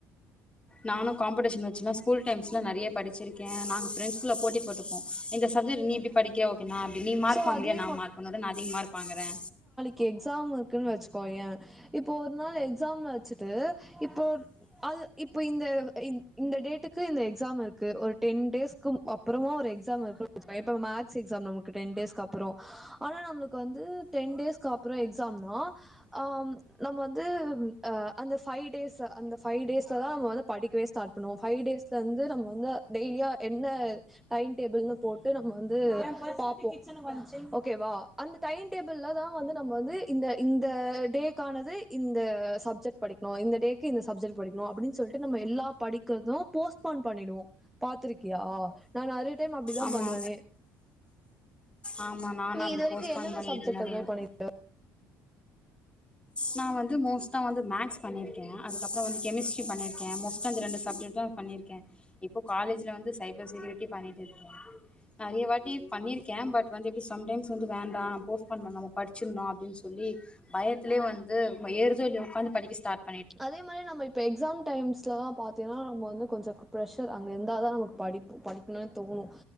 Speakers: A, on the left; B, in the centre.
A: நானு காம்ப்பட்டேஷன் வெச்சுானா ஸ்கூல் டைம்ஸ்ல நெறையப் படிச்சிருக்கே நாங்க ஃப்ரண்ட்ஸ் குல்ல போட்டி போட்டுப்போ இந்த சப்ஜெர் நீ இப்டி படிக் கியா ஓகே நா அப்டி நீ மார்க்
B: சோ
A: வாங்குறியா
B: அதே
A: நா மார்க் உன்னோட நா அதிக மார்க் வாங்கறே
B: கே எக்ஸாம் இருக்குன் வெச்சுக்கோயே இப்ப ஒரு நாள் எக்ஸாம் வெச்சுட் டு இப்போ ஒர் அது இப்போ இந்த டேட்டுக்கு இந்த எக்ஸாம் இருக்கு ஒரு டென் டேஸ்க்கு அப்புறோ ஒரு எக்ஸாம் இருக்கு ச்கோயே இப்ப மாக்ஸ் எக்ஸாம் நமக் டென் டேஸ்கு அப்புறோ ஆனா நம்மளுக்கு வந்து டென் டேஸ்கு அப்புறோ எக்ஸாம்னா ஆ நம்ம வந்து அ அந்த பைவ் டேஸ் அந்த பைவ் டேஸ்ல தா நம்ம வந்து படிக்கவே ஸ்டாட் அப்புனோ ஃபைவ் டேஸ்ல வந்து நம்ம வந்து டெய்லியா என்ன டைம் டேபிள்னு போட்டு நம்ம வந்து பா ஓ ஓகேவா அந்த டைன் டேபிள்ல தா வந்து நம்ம வந்து இந்த இந்தியா டேக்கானது இந்த சப்ஜெக்ட் படிக்ணு இந்த டேக்கு இந்த சப்ஜெக்ட் படிக்ணு அப்புடின் சொல்லிட்டு நம்ம எல்லா படிப் கதோ போஸ்ட்பான் பண்ணிடுவோ பாத்துருக்கியா நா நிறைய டைம் அப்டி தா
A: ஆமா,
B: பண்ணுவனே
A: ஆமா நானு
B: நீ
A: அப்டி
B: இது வரைக்கு
A: போஸ்ட்பான்
B: என்னென்ன
A: பண்ணியிருக்கே
B: சப்ஜெக்ட்
A: நிறையவே
B: அது மாரி பண்ணி
A: நா வந்து மோஸ்ட வந்து மேக்ஸ் பண்ணிருக்கே அதுக்கப்புறோ வந்து கெமிஸ்ட்ரி பண்ணிருக்க மோஸ்டா இந்த ரெண்டு சப்ஜெக்ட் தா பண்ணிருக்கே இப்போ காலேஜ்ல வந்து சைகிள் செக்யூரிட்டி பண்ணிட் இருக்கே நெறைய வாட்டி பண்ணிருக்கே பட் வந்து இப்ப சம்டைம்ஸ் வந்து வேண்டா போஸ்ட்பான் பண்ணவு நம்ம படுச்சுருந்தோ அப்டின்னு சொல்லி பயத்திலயோ வந்து வயறுஞோ இல்யோ உக்காந்து படிக்க ஸ்டாட்
B: அதே மாரி நம்ம இப் ப்ப எக்ஸாம் டைம்ஸ்லலா பாத்தீங்கனா நம்ம வந்து கொஞ்ச ப்ரெஷர் அங்க இருந்தா தா நமக்கு படிப் படிக்கணுனு தோணு